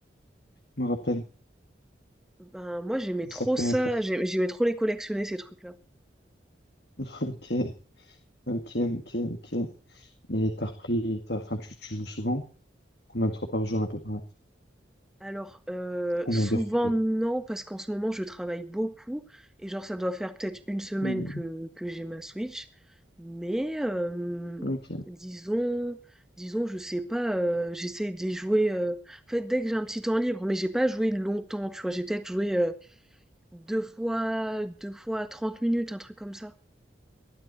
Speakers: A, on the left (about 65°); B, in the centre.
A: Je me rappelle.
B: Ben, moi, j'aimais
A: C'est
B: trop
A: ça que
B: ça,
A: t'aimais faire.
B: j'ai- j'aimais trop les collectionner, ces trucs-là.
A: <laughs> Ok, ok, ok, ok. Et t'as repris, t'as- enfin, tu, tu joues souvent? Combien de fois par jour à peu près?
B: Alors, euh,
A: Combien
B: souvent,
A: d'heures plutôt?
B: non, parce qu'en ce moment, je travaille beaucoup, et genre, ça doit faire peut-être une semaine
A: Mhm,
B: que, que j'ai ma Switch, mais, euh,
A: Ok,
B: disons, disons, je sais pas, euh, j'essaie d'y jouer, euh, en fait, dès que j'ai un petit temps libre, mais j'ai pas joué longtemps, tu vois, j'ai peut-être joué euh, deux fois, deux fois 30 minutes, un truc comme ça.